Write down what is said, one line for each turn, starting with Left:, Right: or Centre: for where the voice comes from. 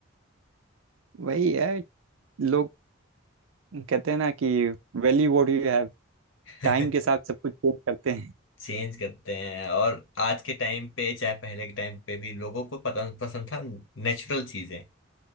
Right: वही है लोग कहते हैं ना कि value what you have
Left: है
Right: time के
Left: <laughs>
Right: साथ सब कुछ चेंज करते हैं
Left: चेंज करते हैं और आज के टाइम पे चाहे पहले के टाइम पे भी लोगों को पसंद पसंद था नेचुरल चीजें